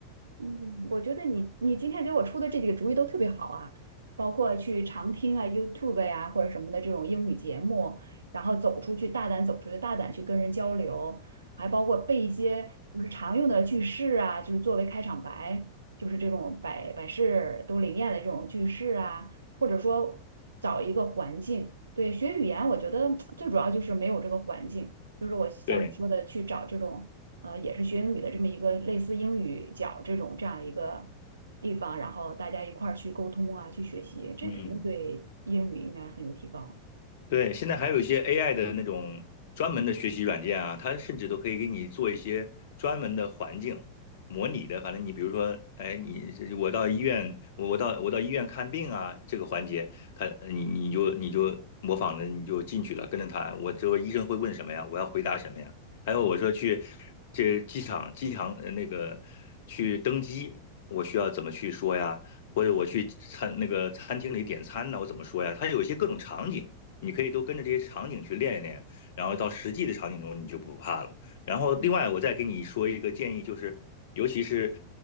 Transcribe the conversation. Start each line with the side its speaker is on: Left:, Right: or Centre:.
Right: 嗯，我觉得你你今天给我出的这几个主意都特别好啊，包括去常听啊、YouTube 呀、或者什么的这种英语节目，然后走出去，大胆走出去，大胆去跟人交流，还包括背一些就是常用的句式啊，就是作为开场白，就是这种百百事都灵验的这种句式啊，或者说找一个环境，对，学语言我觉得最主要就是没有这个环境，就是我像你说的去找这种。
Left: 对，
Right: 呃，也是学英语的这么一个类似英语角这种这样一个地方，然后大家一块儿去沟通啊，去学习，这肯定对英语应该很有提高。
Left: 嗯。对，现在还有一些 AI 的那种专门的学习软件啊，它甚至都可以给你做一些专门的环境模拟的。反正你比如说，哎，你这我到医院，我我到我到医院看病啊，这个环节，它你你就你就模仿着你就进去了，跟着他，我这个医生会问什么呀？我要回答什么呀？还有我说去这机场机场呃那个去登机，我需要怎么去说呀？或者我去餐那个餐厅里点餐呢，我怎么说呀？它有一些各种场景。你可以都跟着这些场景去练一练，然后到实际的场景中你就不怕了。然后另外我再给你说一个建议，就是尤其是